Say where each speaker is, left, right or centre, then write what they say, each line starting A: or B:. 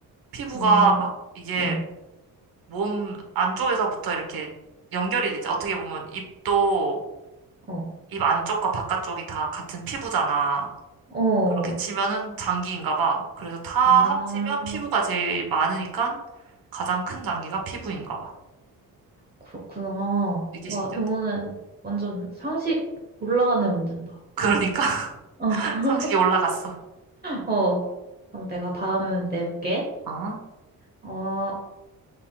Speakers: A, on the right; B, on the right.
A: 피부가
B: 음,
A: 이게
B: 응,
A: 몸 안쪽에서부터 이렇게 연결이 되지. 어떻게 보면 입도
B: 어,
A: 입 안쪽과 바깥쪽이 다 같은 피부잖아.
B: 어.
A: 그렇게 치면은 장기인가 봐. 그래서 다
B: 아,
A: 합치면 피부가 제일 많으니까 가장 큰 장기가 피부인가 봐.
B: 그렇구나.
A: 되게
B: 와,
A: 신기하다.
B: 이거는 완전 상식 올라가는 문제다.
A: 그러니까
B: <laughs>
A: <laughs> 상식이 올라갔어.
B: 어, 어. 그럼 내가 다음은 내볼게.
A: 어?
B: 어,